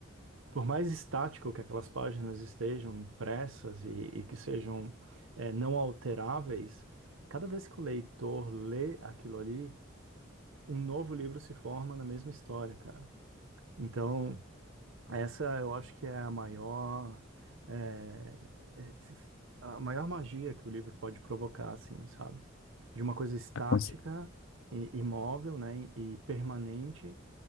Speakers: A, on the right; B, on the left.
A: Por mais estático que aquelas páginas estejam impressas e, e que sejam eh, não alteráveis, cada vez que o leitor lê aquilo ali, um novo livro se forma na mesma história, cara. Então, essa eu acho que é a maior, eh, eh, a maior magia que o livro pode provocar, assim, sabe? De uma coisa estática
B: É, com- <laughs>
A: e imóvel, né, e permanente